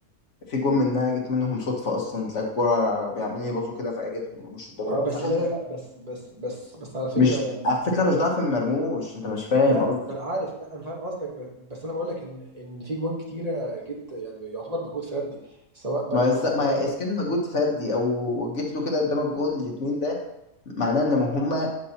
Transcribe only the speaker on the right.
اه
بس
لا لا لا بس بس بس بس على فكره
يعني
لا
ما انا عارف لا انا فاهم قصدك ب- بس انا بقول لك ان ان في جوان كتيره جت يعني يعتبر مجهود فردي سواء بقى
شوطه
من بره